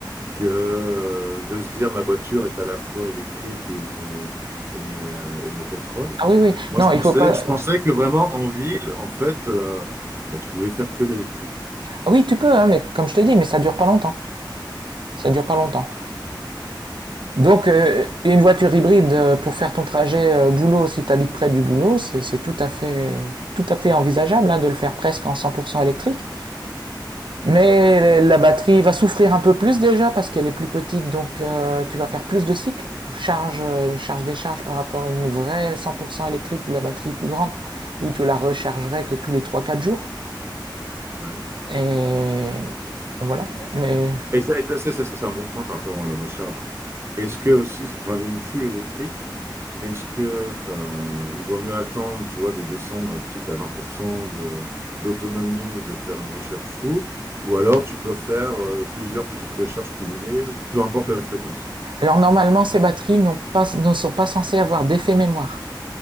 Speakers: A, on the right; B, on the right.
A: que euh, de se dire ma voiture est à la fois électrique et, et, euh, et au pétrole.
B: Ah oui, oui.
A: Moi,
B: Non,
A: je pensais,
B: il faut pas.
A: je pensais que vraiment en ville, en fait, euh, bah, tu pouvais faire que l'électrique.
B: Ah oui, tu peux, hein, mais comme je te dis, mais ça dure pas longtemps. Ça dure pas longtemps. Donc, euh, une voiture hybride euh, pour faire ton trajet euh, boulot, si tu habites près du boulot, c'est c'est tout à fait, tout à fait envisageable hein, de le faire presque en 100% électrique. Mais la batterie va souffrir un peu plus déjà parce qu'elle est plus petite, donc euh, tu vas faire plus de cycles, charge, euh, charge décharge par rapport à une vraie 100% électrique où la batterie est plus grande, où tu la rechargerais que tous les trois-quatre jours.
A: Ouais.
B: Et, et voilà. Mais...
A: Et ça, et ça, ça, ça, ça, c'est un bon point par rapport à la recharge. Est-ce que aussi, enfin, une foule électrique, est-ce que euh, il vaut mieux attendre, tu vois, de descendre petit à 20% de, d'autonomie et de faire une recherche full, ou alors tu peux faire euh, plusieurs petites recherches cumulées, peu importe la fréquence.
B: Alors normalement, ces batteries n'ont pas, ne sont pas censées avoir d'effet mémoire.